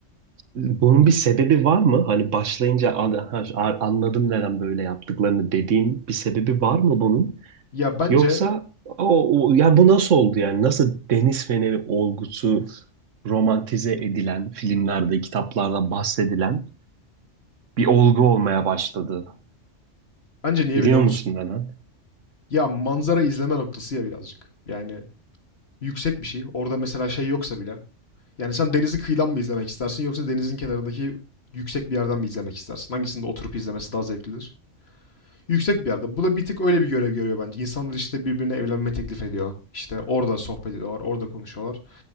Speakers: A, on the right (about 80°); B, on the left (about 55°).
A: Bunun bir sebebi var mı? Hani başlayınca "An- ha, a- anladım neden böyle yaptıklarını dediğin bir sebebi var mı bunun?
B: Ya bence
A: Yoksa o, o- ya bu nasıl oldu yani? Nasıl deniz feneri olgusu romantize edilen filmlerde, kitaplarda bahsedilen bir olgu olmaya başladı?
B: bence niye
A: Biliyor
B: biliyor
A: musun
B: musun?
A: neden?
B: Ya manzara izleme noktası ya birazcık. Yani yüksek bir şey. Orada mesela şey yoksa bile. Yani sen denizi kıyıdan mı izlemek istersin yoksa denizin kenarındaki yüksek bir yerden mi izlemek istersin? Hangisinde oturup izlemesi daha zevklidir? Yüksek bir yerde. Bu da bir tık öyle bir görev görüyor bence. İnsanlar işte birbirine evlenme teklif ediyor. İşte orada sohbet ediyorlar, orada konuşuyorlar.